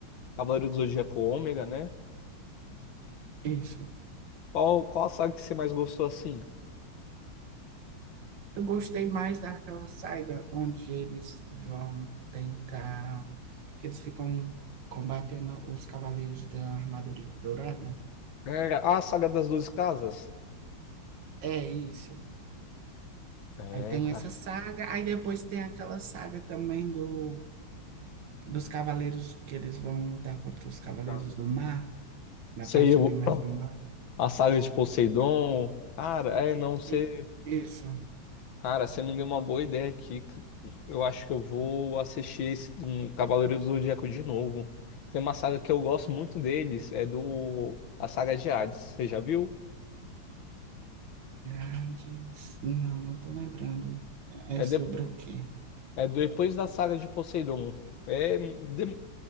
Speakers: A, on the left; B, on the right.
A: Cavaleiros do Zodíaco Ômega, né?
B: isso.
A: Qual, qual a saga que você mais gostou assim?
B: Eu gostei mais daquela saga onde eles vão tentar, que eles ficam combatendo os Cavaleiros da Armadura Dourada.
A: É, a saga das 12 casas.
B: É isso.
A: É,
B: Aí tem
A: cara.
B: essa saga, aí depois tem aquela saga também do, dos Cavaleiros que eles vão lutar contra os Cavaleiros
A: Tá.
B: do Mar. na
A: Sei,
B: parte
A: eu,
B: ali mais do mar.
A: a saga de Poseidon. Cara, é, não sei.
B: E isso,
A: Cara, você me deu uma boa ideia aqui. Eu acho que eu vou assistir esse, um Cavaleiro do Zodíaco de novo. Tem uma saga que eu gosto muito deles, é do a saga de Hades. Você já viu?
B: Pirades. Não, não tô lembrando. É
A: É,
B: sobre
A: de-
B: o quê?
A: é depois da saga de Poseidon. É, de-